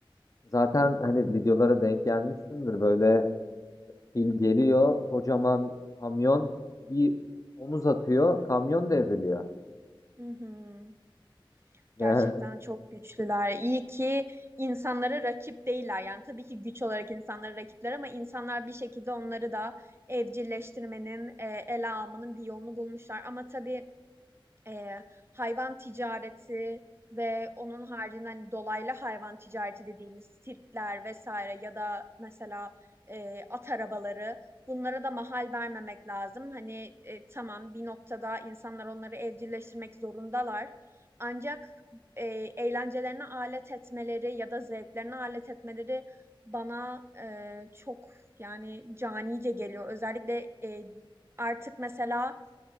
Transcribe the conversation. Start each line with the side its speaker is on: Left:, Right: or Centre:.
Left: Zaten hani videolara denk gelmişsindir böyle fil geliyor kocaman kamyon bir omuz atıyor kamyon devriliyor.
Right: Hı hı.
Left: Yani
Right: Gerçekten çok güçlüler. İyi ki insanlara rakip değiller. Yani tabii ki güç olarak insanlara rakipler ama insanlar bir şekilde onları da evcilleştirmenin, e, ele almanın bir yolunu bulmuşlar. Ama tabii e, hayvan ticareti ve onun haricinde hani dolaylı hayvan ticareti dediğimiz sirkler vesaire ya da mesela e, at arabaları bunlara da mahal vermemek lazım. Hani e, tamam bir noktada insanlar onları evcilleştirmek zorundalar. Ancak e, eğlencelerine alet etmeleri ya da zevklerine alet etmeleri bana e, çok yani canice geliyor. Özellikle e, artık mesela